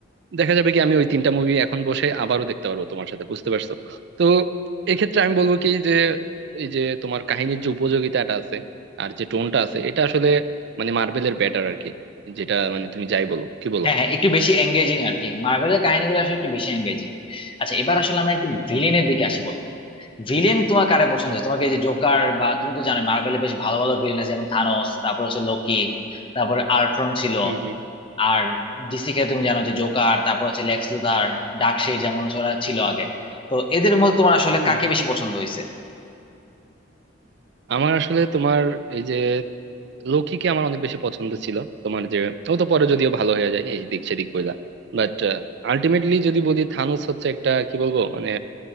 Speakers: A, on the right; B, on the left.
A: দেখা যাবে কি আমি ওই তিনটা মুভি এখন বসে আবারও দেখতে পারবো তোমার সাথে বুঝতে পারছো তো এক্ষেত্রে আমি বলবো কি যে এই যে তোমার কাহিনীর যে উপযোগিতাটা আছে আর যে টোনটা আছে এটা আসলে মানে মার্বেলের বেটার আর কি যেটা মানে তুমি যাই বলো কি বলো
B: হ্যাঁ হ্যাঁ একটু বেশি এঙ্গেজিং আর কি মার্ভেলের কাহিনীগুলো আসলে একটু বেশি এঙ্গেজিং আচ্ছা এবার আসলে আমরা একটু ভিলেনের
A: হুম।
B: দিকে আসি বলো ভিলেন তোমার কারে পছন্দ
A: হুম
B: হয়েছে তোমাকে এই যে জোকার বা তুমি তো জানো মার্ভেলে বেশ ভালো ভালো ভিলেন আছে যেমন থানোস তারপর হচ্ছে লোকি তারপর আল্ট্রন ছিল
A: হুম
B: আর ডিসি কে তুমি জানো যে জোকার তারপর হচ্ছে লেক্স লুথার ডার্কসাইড যেমন হচ্ছে ওরা ছিল আগে তো এদের মধ্যে তোমার আসলে
A: হুম
B: কাকে
A: হুম
B: বেশি পছন্দ হয়েছে
A: আমার আসলে তোমার এই যে লৌকিকে আমার অনেক বেশি পছন্দ ছিল তোমার যে ও তো পরে যদিও ভালো হয়ে যায় এই দিক সেদিক কইলা বাট আলটিমেটলি যদি বলি থানোস হচ্ছে একটা কি বলবো মানে